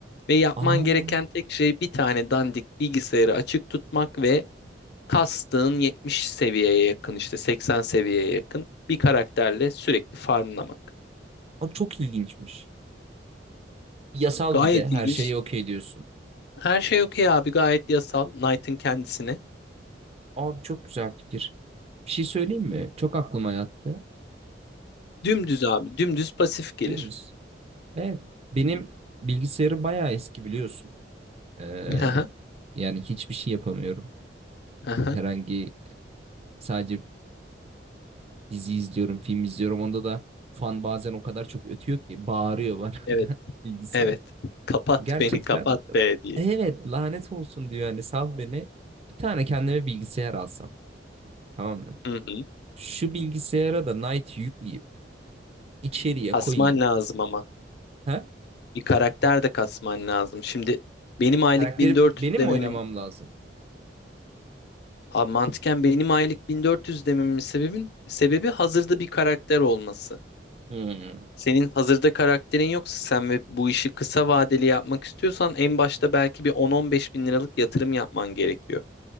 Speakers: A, on the left; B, on the right.
A: Ve yapman
B: Aa,
A: gereken tek şey bir tane dandik bilgisayarı açık tutmak ve kastığın 70 seviyeye yakın işte 80 seviyeye yakın bir karakterle sürekli farmlamak.
B: o çok ilginçmiş. Yasal
A: Gayet
B: bir de her
A: ilginç.
B: şeyi okey diyorsun.
A: Her şey okey abi gayet yasal Knight'ın kendisine.
B: Abi çok güzel fikir. Bir şey söyleyeyim mi? Çok aklıma yattı.
A: Dümdüz abi dümdüz pasif gelir.
B: Dümdüz. Evet. Benim bilgisayarı bayağı eski biliyorsun. Ee,
A: Hı hı,
B: yani hiçbir şey yapamıyorum.
A: hı hı.
B: herhangi sadece dizi izliyorum, film izliyorum. Onda da fan bazen o kadar çok ötüyor ki bağırıyor bana
A: Evet
B: <laughs> bilgisayar.
A: evet kapat
B: Gerçekten
A: beni kapat be diye.
B: evet lanet olsun diyor hani sal beni. Bir tane kendime bilgisayar alsam tamam mı?
A: Hı hı.
B: Şu bilgisayara da Knight yükleyip içeriye
A: Kasman
B: koyayım.
A: lazım ama
B: Ha?
A: bir karakter de kasman lazım. Şimdi benim aylık
B: Karakteri
A: 1400
B: benim
A: dememin
B: mi oynamam lazım?
A: abi mantıken benim aylık 1400 dememin sebebin sebebi hazırda bir karakter olması.
B: Hmm,
A: Senin hazırda karakterin yoksa sen ve bu işi kısa vadeli yapmak istiyorsan en başta belki bir 10-15 bin liralık yatırım yapman gerekiyor.